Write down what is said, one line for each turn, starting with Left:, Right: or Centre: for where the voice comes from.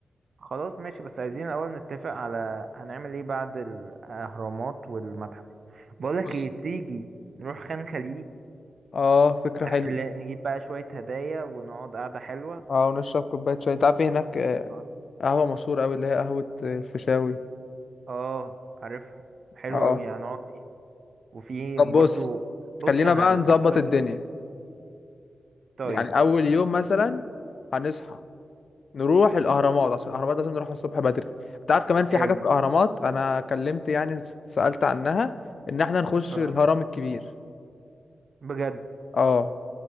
Right: خلاص ماشي بس عايزين الاول نتفق على هنعمل ايه بعد الاهرامات والمتحف بقولك
Left: بص
Right: ايه تيجي نروح خان خليلي
Left: اه فكرة حلوة
Right: نعمل نجيب بقى شوية هدايا ونقعد قعدة حلوة
Left: اه ونشرب كوباية شاي انت عارف إيه هناك آه،
Right: اه
Left: قهوة مشهورة أوي اللي هي قهوة آه، الفيشاوي
Right: اه عارفها حلوة
Left: اه
Right: اوي هنقعد فيها وفي
Left: طب
Right: برضو
Left: بص
Right: بص
Left: خلينا
Right: انا
Left: بقى
Right: القهوة
Left: نظبط الدنيا
Right: دي طيب
Left: يعني أول يوم مثلا هنصحى نروح الاهرامات عشان الاهرامات لازم نروحها الصبح بدري انت عارف كمان في
Right: حلو
Left: حاجه في الاهرامات انا كلمت يعني سالت عنها ان احنا نخش
Right: اه
Left: الهرم الكبير
Right: بجد
Left: اه